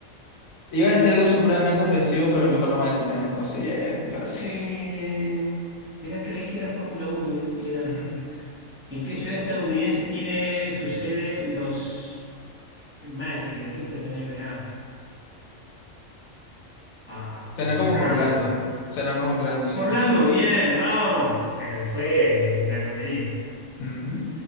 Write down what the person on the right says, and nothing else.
Eh, era, creí que era Fórmula uno y y era...
¿En qué ciudad estadounidense tiene su sede los Magic, el equipo de la NBA? Ah,
Orlando.
Orlando, bien, vamos. Pero fue una lotería.